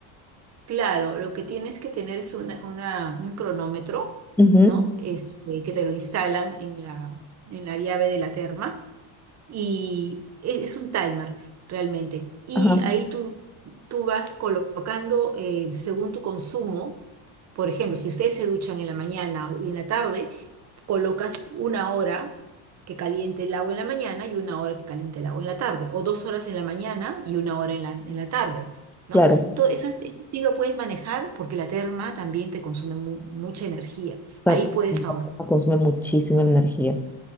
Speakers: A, on the right (about 35°); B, in the centre.
A: Claro, lo que tienes que tener es una, una- un cronómetro,
B: Ujú.
A: ¿no? Este, que te lo instalan en la, en la llave de la terma y e- es un timer realmente. Y
B: Ajá,
A: ahí tú, tú vas colocando eh, según tu consumo. Por ejemplo, si ustedes se duchan en la mañana y en la tarde, colocas una hora que caliente el agua en la mañana y una hora que caliente el agua en la tarde, o dos horas en la mañana y una hora en la, en la tarde, ¿no?
B: claro.
A: Todo eso es, eso sí lo puedes manejar porque la terma también te consume mu- mucha energía.
B: Exacto,
A: Ahí puedes ahorrar.
B: consume muchísima energía.